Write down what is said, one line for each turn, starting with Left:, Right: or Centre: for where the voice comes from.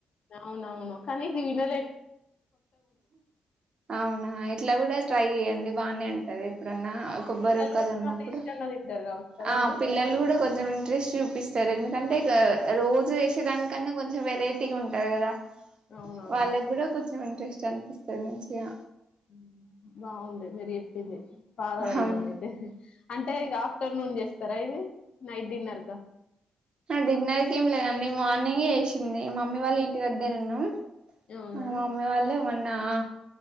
Left: అవునవును కనీతీ న
Right: అవునా ఇట్లా కూడా ట్రై చేయ్యడి బానే అంటది ఇప్పుడన్నా కొబ్బరు
Left: పిల్లలు
Right: కద
Left: కూడా
Right: ఉన్నప్పుడు
Left: మళ్ళీ ఇష్టంగా తింటారు కావచ్చు కదండి
Right: ఆ పిల్లలు కూడా కొంచెం ఇంట్రెస్ట్ చూపిస్తారండి అంటే రోజు వేసే దానికన్నా కొంచెం వెరైటీగా ఉంటారు కదా
Left: అవునవును
Right: వాళ్ళకి కూడా కొంచెం ఇంట్రెస్ట్ అనిపిస్తుంది మంచిగా
Left: ఉమ్ బాగుంది మీరు చెప్పింది ఫాలో అయిదాం
Right: అవునా
Left: అయితే అంటే ఇగ ఆఫ్టర్నూన్ చేస్తారా ఇది నైట్ డిన్నర్గా
Right: డిన్నర్కి ఏం లేదండి మార్నింగే ఏసింది మమ్మీ వాళ్ళ ఇంటి దగ్గర ఉన్నాం
Left: అవునా
Right: మా మమ్మీ వాళ్ళే మొన్న ఆ